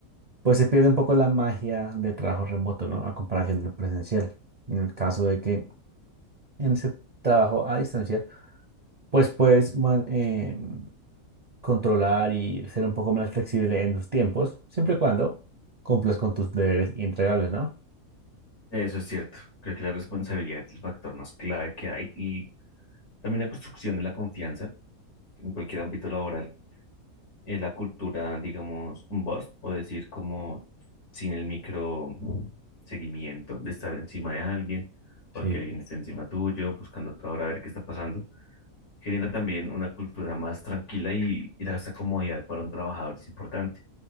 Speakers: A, on the right (about 45°); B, on the left (about 85°).
A: pues se pierde un poco la magia de trabajo remoto, ¿no? A comparación del presencial. En el caso de que en ese trabajo a distancia, pues puedes man- eh, controlar y ser un poco más flexible en tus tiempos, siempre y cuando cumplas con tus deberes y entregables, ¿no?
B: Eso es cierto. Creo que la responsabilidad es el factor más clave que hay y también la construcción de la confianza en cualquier ámbito laboral. Eh, la cultura, digamos, un bust o decir como sin el micro seguimiento de estar encima de alguien o
A: Sí,
B: que alguien esté encima tuyo buscando a toda hora a ver qué está pasando, genera también una cultura más tranquila y, y esa comodidad para un trabajador es importante.